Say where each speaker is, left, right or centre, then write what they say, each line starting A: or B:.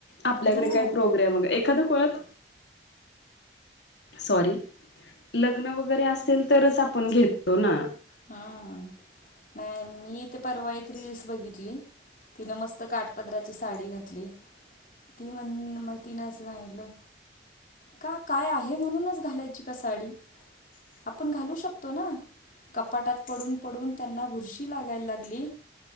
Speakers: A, on the left (about 85°); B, on the left (about 50°).
A: आपल्याकडे
B: हो
A: काय प्रोग्रॅम एखादं कोळत सॉरी लग्न वगैरे असेल तरच आपण घेतो ना.
B: हां, हां नाही मी तेे परवा एक रिल्स बघितली तिनं मस्त काट पदराची साडी घातली ती म्हण म तिन असं सांगितलं का काय आहे म्हणूनच घालायची का साडी आपण घालू शकतो ना. कपाटात पडून पडून त्यांना बुरशी लागाय लागली.